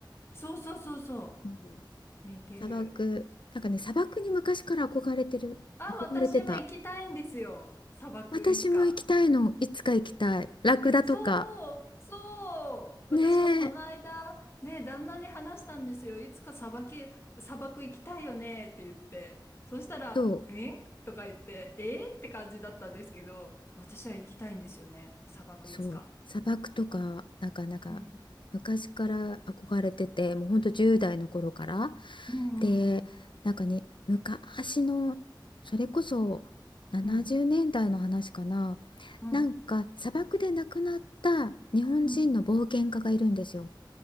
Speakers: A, on the left; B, on the left.
A: そうそうそうそ
B: うん、
A: う。似てる。
B: 砂漠、なんかね、砂漠に昔から憧れてる、
A: あ、
B: 憧れてた。
A: 私も行きたいんですよ。砂漠、
B: 私も行きたいの、
A: いつか。
B: いつか行きたい。ラクダとか。
A: そう、そう、
B: ねえ、
A: 私もこの間、ね、旦那に話したんですよ。いつか砂漠砂漠行きたいよねって言って。そしたら、
B: そう。
A: えとか言って、えって感じだったんですけど、私は行きたいんですよね。砂漠いつか。
B: そう砂漠とかなんかなんか
A: うん。
B: 昔から憧れててもうほんと10代の頃から
A: うんうん
B: でなんかね昔のそれこそ70年代の話かな
A: うん。うん。
B: なんか砂漠で亡くなった日本人の冒険家がいるんですよ。
A: うん。